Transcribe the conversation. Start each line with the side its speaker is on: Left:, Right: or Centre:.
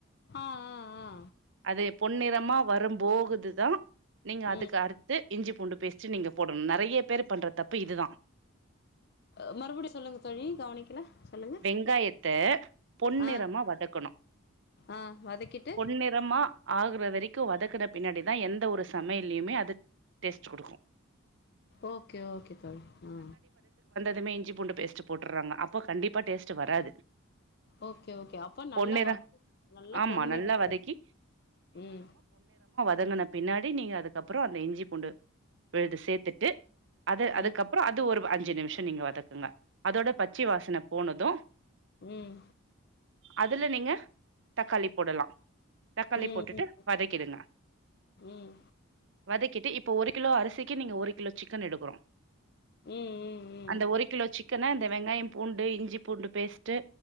Left: ஆ ஆ ஆ
Right: அது பொன்னிறமா வரும் போகுதுதா நீங்க அதுக்கு
Left: ம்
Right: அர் இஞ்சி பூண்டு பேஸ்ட் நீங்க போடணு நெறைய பேர் பண்ற தப்பு இதுதா
Left: அ மறுபடி சொல்லுங்க தோழி கவனிக்கல சொல்லுங்க
Right: வெங்காயத்த பொன்னிறமா
Left: ஆ
Right: வதக்கணு
Left: ஆ வதக்கிட்டு
Right: பொன்னிறமா ஆகுற வரைக்கு வதக்குன பின்னாடிதா எந்த ஒரு சமையலையுமே அது டேஸ்ட் குடுக்கு
Left: ஓகே ஓகே தோழி ஆ
Right: துமே இஞ்சிபூண்டு பேஸ்ட் போட்டுறாங்க அப்ப கண்டிப்பா டேஸ்ட் வராது
Left: ஓகே ஓகே அப்ப நல்லா
Right: பொன்னிற
Left: வத <inaudible> நல்ல
Right: ஆமா
Left: பொன்னிறமா
Right: நல்லா வதக்கி
Left: ம்
Right: தங்குன பின்னாடி நீங்க அதுக்கப்புறோ அந்த இஞ்சி பூண்டு விழுது சேர்த்துட்டு அது
Left: ம்
Right: அதுக்கப்ற அது ஒரு அஞ்சு நிமிஷ நீங்க வதக்குங்க அதோட பச்சி வாசனை போனது
Left: ம்
Right: அதுல நீங்க தக்காளி போடலா தக்காளி
Left: ம்
Right: போட்டுட்டு
Left: ம்
Right: வதக்கிடுங்க
Left: ம்
Right: வதக்கிட்டு இப் ப்போ ஒரு கிலோ அரிசிக்கு நீங்க ஒரு கிலோ சிக்கன் எடுக்கிறோ
Left: ம் ம்
Right: அந்த
Left: ம்
Right: ஒரு கிலோ சிக்கன இந்தப் வெங்காயம் பூண்டு இஞ்சி பூண்டு பேஸ்ட்டு